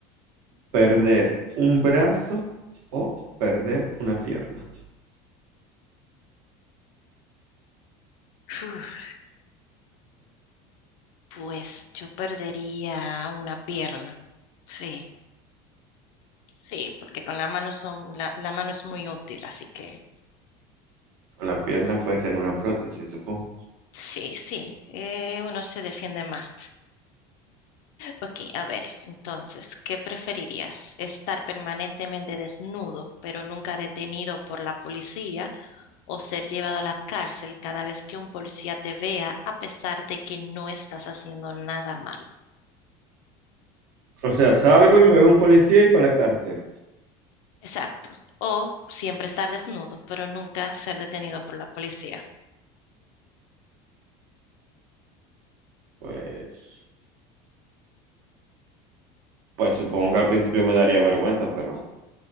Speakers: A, on the right; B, on the left.
A: ¿Perder un brazo o perder una pierna?
B: Uf, pues yo perdería una pierna. Sí, sí, porque con la mano son, la, la mano es muy útil, así que
A: Con la pierna puedes tener una prótesis, supongo.
B: sí, sí, eh, uno se defiende más. Ok, a ver, entonces, ¿qué preferirías? ¿Estar permanentemente desnudo, pero nunca detenido por la policía, o ser llevado a la cárcel cada vez que un policía te vea, a pesar de que no estás haciendo nada malo?
A: O sea, salgo y me veo un policía y para la cárcel.
B: Exacto. O siempre estar desnudo, pero nunca ser detenido por la policía.
A: Pues, pues supongo que al principio me daría vergüenza, pero